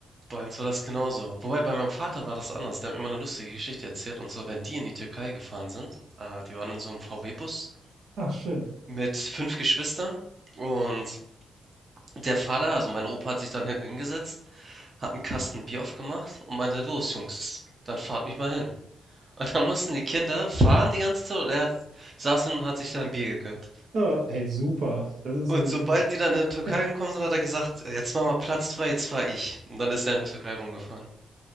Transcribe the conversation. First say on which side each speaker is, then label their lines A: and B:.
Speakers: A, on the right (about 35°); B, on the right (about 75°).
A: bei uns war das genauso. Wobei bei meinem Vater war das anders. Der hat mir immer eine lustige Geschichte erzählt. Und zwar, wenn die in die Türkei gefahren sind, äh, die waren in so einem VW-Bus
B: ach, schön.
A: mit fünf Geschwistern und Der Vater, also mein Opa, hat sich dann hinten hingesetzt, hat einen Kasten Bier aufgemacht und meinte: „Los Jungs, dann fahrt mich mal hin.“ Und dann mussten die Kinder fahren die ganze Zeit und er hat saß hin und hat sich da ein Bier gegönnt.
B: Ja, ey, super. Das ist
A: Und
B: eine,
A: sobald die dann in
B: <laughs>
A: die Türkei
B: das
A: gekommen sind, hat er gesagt: „Jetzt mach mal Platz frei, jetzt fahre ich.“ Und dann ist er in der Türkei rumgefahren,